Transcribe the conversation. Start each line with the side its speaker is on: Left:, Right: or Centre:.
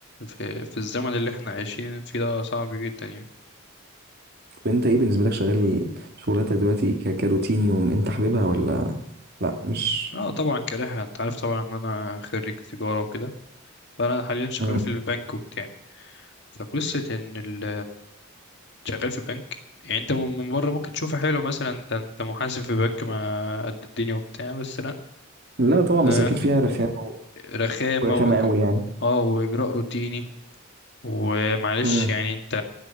Left: في, في الزمن اللي احنا عايشين فيه ده صعب جدا يعني
Right: طب انت ايه بالنسبه لك شغال شغلتك دلوقتي ك... كروتين يوم انت حاببها ولا لا مش
Left: اه طبعا كارهها انت عارف طبعا ان انا خريج تجارة وكده فانا حاليا شغال
Right: مم.
Left: في البنك وبتاع فقصة ان ال شغال في بنك يعني انت من من بره ممكن تشوفه حلو مثلا ده انت محاسب في بنك ما قد الدنيا وبتاع بس لا
Right: لا طبعا
Left: انا
Right: بس اكيد فيها رخامه و...
Left: رخامه
Right: ورخامه
Left: وإج...
Right: قوي يعني
Left: اه واجراء روتيني ومعلش
Right: مم.
Left: يعني انت